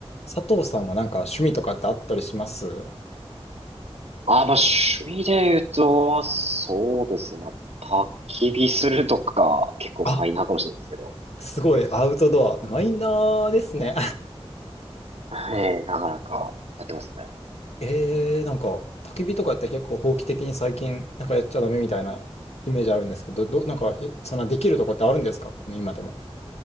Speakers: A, on the left (about 75°); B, on the right (about 75°).
A: 佐藤さんはなんか趣味とかってあったりします
B: あ、まあ、趣味で言うと、そうですね。まあ、焚き火するとか、結構マイナーかもしれないですけど。
A: あ、すごいアウトドア。マイナーですね。
B: ええ、なかなかやってますね。
A: <laughs> えー、なんか焚き火とかって結構法規的に最近なんかやっちゃダメみたいなイメージあるんですけど、ど、なんかえそんなできるとこってあるんですかこの今でも。